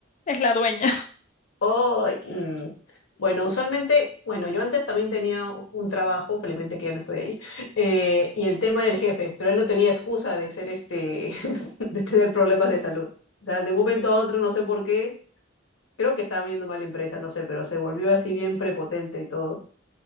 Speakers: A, on the left; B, on the left.
A: Es la dueña. <laughs>
B: Oh, mm, Bueno, usualmente, bueno, yo antes también tenía un trabajo, felizmente que ya no estoy ahí, eh, y el tema del jefe, pero él no tenía excusa de ser este, <laughs> de tener problemas de salud. O sea, de un momento a otro, no sé por qué, creo que estaba viendo mal la empresa, no sé, pero se volvió así bien prepotente y todo.